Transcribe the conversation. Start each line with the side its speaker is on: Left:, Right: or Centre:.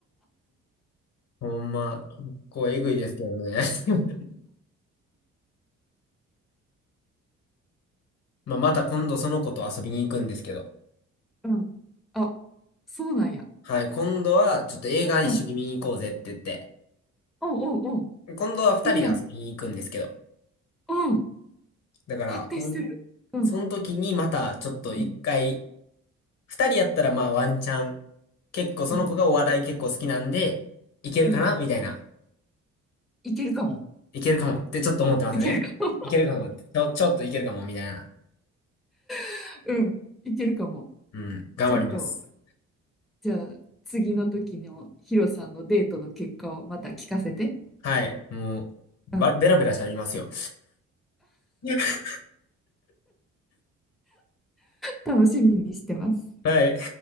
Left: ほんま、結構えぐいですけどね。<laughs> まあ、また今度その子と遊びに行くんですけど。
Centre: ん、うん。あ、そうなんや。
Left: はい、今度はちょっと映画一緒に見に行こうぜって言って。
Centre: うん、おうおうおう、
Left: 今度は二人で遊びに行くんですけど。
Centre: いいやん。うん。
Left: だから、
Centre: 発展してる。
Left: そん、
Centre: うん。
Left: その時にまたちょっと一回、
Centre: うん。
Left: 二人やったらまあワンチャン。結構その子がお笑い結構好きなんで、
Centre: うん。
Left: いけるかなみたいな。
Centre: うん。いけるかも。
Left: いけるかもってちょっと思ってますね。
Centre: いけるか。
Left: いけるかもって。ちょ、ちょっといけるかもみたいな。
Centre: <laughs> うん。いけるかも。
Left: うん、頑張ります。
Centre: ちょっと、じゃあ、次の時のヒロさんのデートの結果をまた聞かせて。
Left: はい、もう、ば、
Centre: うん。
Left: ベラベラ喋りますよ。<laughs>
Centre: 楽しみにしてます。
Left: はい。